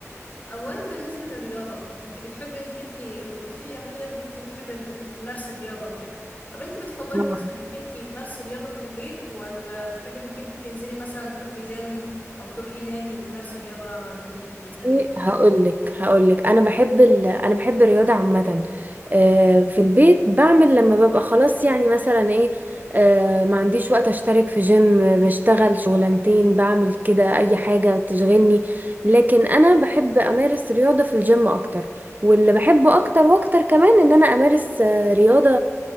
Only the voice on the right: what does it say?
آه.
ايه هقول لك هقول لك انا بحب ال... انا بحب الرياضه عامه آه، في البيت بعمل لما ببقى خلاص يعني مثلا ايه آه، ما عنديش وقت اشترك في جيم آه، بشتغل شغلانتين بعمل كده اي حاجه تشغلني لكن انا بحب امارس رياضه في الجيم اكتر واللي بحبه اكتر واكتر كمان ان انا امارس آه، رياضه